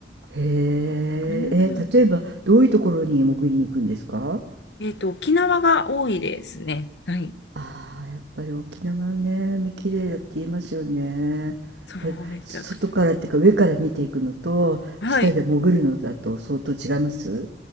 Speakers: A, on the right; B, on the left.
A: へえ、
B: うん。
A: え、例えばどういうところに潜りに行くんですか
B: えっと、沖縄が多いですね。はい。
A: ああ、やっぱり沖縄はね、海綺麗だって言いますよね。
B: そう、
A: やっぱ外からっていうか上から見ていくのと、
B: めちゃくちゃ。はい。
A: 下で潜るのだと相当違います